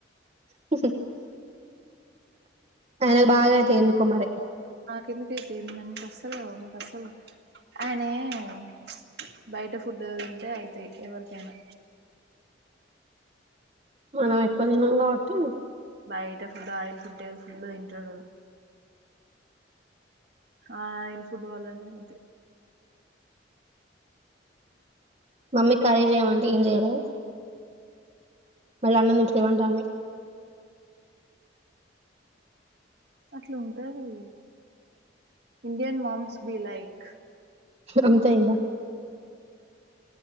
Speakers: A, on the right; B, on the right.
A: హు ఆయనకు బాగా అయితయి ఎందుకో మరి.
B: నాకేందుకు తి తిన్నె మీకు అస్సలు కావు మీకు అస్సలు కా ఆయనె మ్మచ్ బయట ఫుడ్ తింటే అయితయ్ ఎవరికైనా
A: మనం ఎక్కువ దినం కాబట్టి
B: బయట ఫుడ్ ఆయిల్ ఫుడె ఫుల్ వింటాడొడు. ఆయిల్ ఫుడ్ వల్లనే అయితే
A: మమ్మీ కర్రీ చేయమంటే ఏం చెయలే మళ్ళీ అన్నం <unintelligible> అంటాంది.
B: అట్ల ఉంటది. ఇండియన్ మామ్స్ బి లైక్
A: అంతె ఇంగ